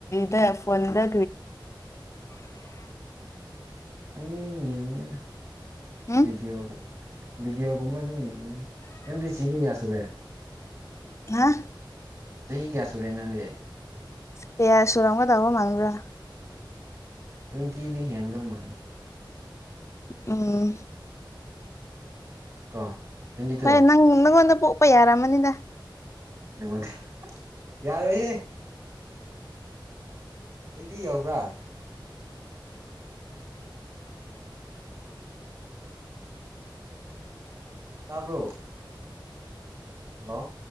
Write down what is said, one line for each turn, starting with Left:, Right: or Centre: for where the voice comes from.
Left: ꯊ ꯐꯗꯉ
Right: ꯑꯅꯤꯅꯦꯅ
Left: ꯎꯝ
Right: ꯗꯤꯌꯣꯒꯝ ꯕꯤꯗꯤꯑꯣ ꯀꯨꯝꯕ ꯑꯗꯨꯃꯤꯗꯤ ꯆꯤꯡꯍꯤꯒꯁꯣ ꯔꯦ
Left: ꯍꯥ
Right: ꯆꯍꯤ ꯀꯌꯥ ꯁꯨꯔꯦ ꯅꯪꯗꯦ
Left: ꯀꯌꯥ ꯁꯨꯔꯥꯡꯒ ꯇꯣ ꯃꯥꯡ꯭ꯔ
Right: ꯇ꯭ꯋꯦꯟꯇꯤꯗꯤ ꯍꯡꯗꯧ ꯃꯥꯜꯂꯦ
Left: ꯎꯝ
Right: ꯀꯣ ꯇ꯭ꯋꯦꯟꯇꯤ ꯇꯨ
Left: ꯍꯣꯏ ꯅꯪ ꯅꯪꯉꯣꯟꯗ ꯄꯣꯛꯄ ꯌꯥꯔꯝꯃꯅꯤꯗ
Right: ꯃꯗꯤ ꯌꯥꯔꯣ ꯑꯣꯏ ꯇꯗꯤ ꯌꯥꯎꯕ꯭ꯔꯥ ꯇꯥꯕ꯭ꯔꯣ ꯍꯜꯂꯣ